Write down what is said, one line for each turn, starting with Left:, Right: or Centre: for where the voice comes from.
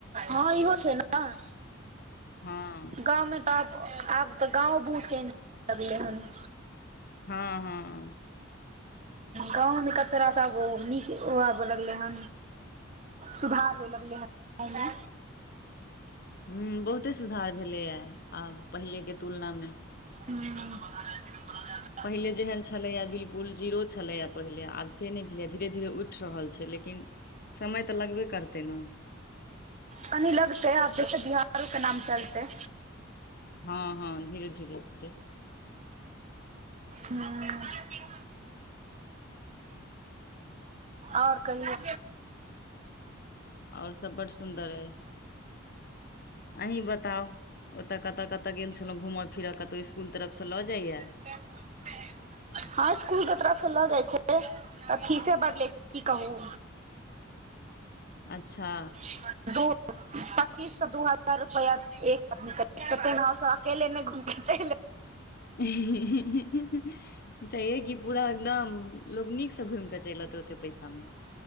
Right: हँ इहो छैय नऽ
Left: हँ
Right: गाँवमे तऽ आब - आब तऽ गाँव बहुत चेंज भऽ गलै हन
Left: हँ हँ
Right: गाँवमे कते रास आब निक ओ आबय लगलै हन। सुधार होय लगलै हन गाँवमे
Left: हु बहुते सुधार भेलेय हैय आब पहिले के तुलना मे।
Right: हु।
Left: पहिले जेहन छलैया बिल्कुल जीरो छलैए पहिले आब से नहि भेलो धीरे धीरे उठ। रहल छै लेकिन समय तऽ लगबे करतै नऽ
Right: कनी लगते आब देखे बिहार कऽ नाम चलते।
Left: हँ हँ धीरे धीरे होते।
Right: हु। ओर कहहियो।
Left: ओर सब बढ़ सुन्दर अछि अहि बताओ। बताउ ओतय कतऽ कतऽ गेल छलौं घूम फिर कतौ स्कुल तरफ सऽ लऽ जाइया।
Right: <unintelligible> हँ स्कूल के तरफ से लऽ जाइ छै तऽ फीसे बढ़ ले छै की कहू
Left: अच्छा।
Right: <unintelligible> पच्चीस से दू हजार रुपया एक आदमी कर तेमे हम सब से अकेले नहि घुमे छैय चेल ऐना।
Left: <unintelligible> जहिमे कि पुरा एकदम लोक नीकसँ घुम कऽ चलि अतै ओते पैसा मे।